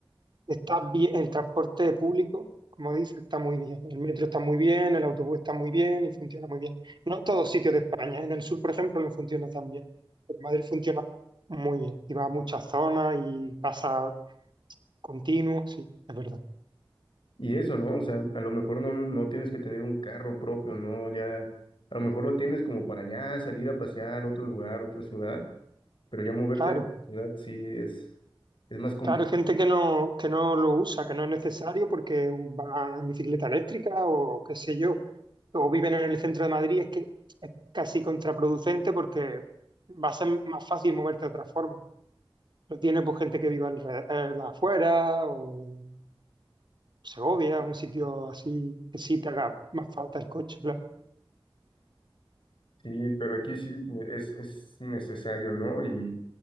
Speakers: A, on the right (about 55°); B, on the left (about 70°).
A: Está bien, el transporte público, como dice, está muy bien. El metro está muy bien, el autobús está muy bien y funciona muy bien. No en todos sitios de España, ¿eh? en el sur, por ejemplo, no funciona tan bien. Pero Madrid funciona muy bien y va a muchas zonas y pasa continuo, sí, es verdad.
B: Y eso, ¿no? O sea, a lo mejor no, no tienes que tener un carro propio, ¿no? Ya, a lo mejor lo tienes como para allá, salir a pasear a otro lugar, otra ciudad, pero ya moverte
A: Claro,
B: de ciudad sí es, es más complicado.
A: claro, hay gente que no, que no lo usa, que no es necesario porque van en bicicleta eléctrica o qué sé yo, o viven en el centro de Madrid, es que es casi contraproducente porque va a ser más fácil moverte de otra forma. Lo tiene pues gente que viva alre- eh, la afuera o en Segovia, un sitio así que sí te haga más falta el coche, claro.
B: Sí, pero aquí sí es, es necesario, ¿no? Y,